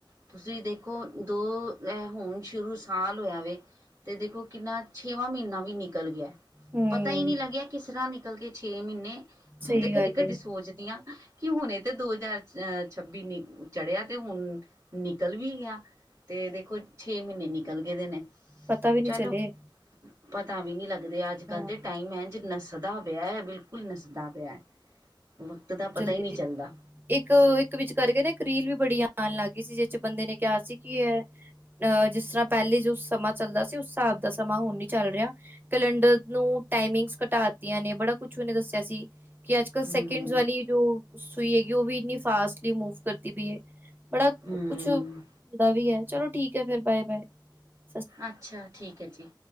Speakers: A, on the right (about 45°); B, on the right (about 25°).
A: ਤੁਸੀਂ ਦੇਖੋ ਦੋ ੲੈ ਹੁਣ ਸ਼ੁਰੂ ਸਾਲ ਹੋਇਆ ਵੇ ਤੇ ਦੇਖੋ ਕਿੰਨਾ ਛੇਵਾਂ ਮਹੀਨਾ ਵੀ ਨਿਕਲ ਗਿਆ ਏ।
B: ਹਮ
A: ਪਤਾ ਹੀ ਨਹੀਂ ਲੱਗਿਆ ਕਿਸ ਤਰ੍ਹਾਂ ਨਿਕਲ ਕੇ ਛੇ ਮਹੀਨੇ ਕਹਿੰਦੇ
B: ਸਹੀ
A: ਕਦੀ
B: ਗੱਲ
A: ਕਦੀ
B: ਏ
A: ਸੋਚ ਦੀ ਆਂ, ਕਿ ਹੁਣੇ ਤੇ ਦੋ ਹਜ਼ਾਰ ਅਹ ਛੱਬੀ ਨੀ ਚੜਿਆ ਤੇਊ ਹੁਣ ਨਿਕਲ ਵੀ ਗਿਆ, ਤੇ ਦੇਖੋ ਛੇ ਮਹੀਨੇ ਨਿਕਲ ਗਏ ਦੇ ਨੇ।
B: ਪਤਾ ਵੀ ਨਹੀਂ
A: ਚਲੋ
B: ਚਲੇ।
A: ਪਤਾ ਵੀ ਨੀ ਲੱਗਦੇ ਅੱਜ ਕੱਲ੍ਹ
B: ਹਾਂ।
A: ਤੇ ਟਾਈਮ ਐ ਜ ਨੱਸਦਾ ਪਿਆ ਏ ਬਿਲਕੁਲ ਨੱਸਦਾ ਪਿਆ ਏ, ਵਕਤ ਦਾ ਪਤਾ
B: ਜਲਦੀ
A: ਈ ਨੀ ਚੱਲਦਾ
B: ਇੱਕ, ਇੱਕ ਵਿੱਚ ਕਰਕੇ ਨਾ ਇੱਕ ਰੀਲ ਵੀ ਬੜੀ ਆਣ ਲੱਗ ਗਈ ਸੀ ਜਿਸ 'ਚ ਬੰਦੇ ਨੇ ਕਿਯਾ ਸੀ ਕਿ ਇਹ ਅ ਜਿਸ ਤਰ੍ਹਾਂ ਪਹਿਲੇ ਜੋ ਸਮਾਂ ਚੱਲਦਾ ਸੀ, ਉਸ ਹਿਸਾਬ ਦਾ ਸਮਾਂ ਹੁਣ ਨੀ ਚੱਲ ਰਿਆ ਕੈਲੰਡਰ ਨੂੰ ਟਾਈਮਿੰਗਸ ਘਟਾ ਤੀਆਂ ਨੇ ਬੜਾ ਕੁਛ ਉਹਨੇ ਦੱਸਿਆ ਸੀ ਕਿ ਅੱਜ ਕ ਸੈਕਿੰਡਸ
A: ਹੂੰ
B: ਵਾਲੀ ਜੋ ਸੂਈ ਹੈਗੀ, ਉਹ ਵੀ ਇੰਨੀ ਫਾਸਟਲੀ ਮੂਵ ਕਰਦੀ ਪਈ ਏ। ਬੜਾ
A: ਹੂੰ
B: ਕੁਛ ਹੁੰਦਾ ਵੀ ਏ, ਚਲੋ ਠੀਕ ਹੈ ਫਿਰ ਬਾਏ ਬਾਏ।
A: ਅੱਛਾ, ਠੀਕ ਹੈ ਜੀ।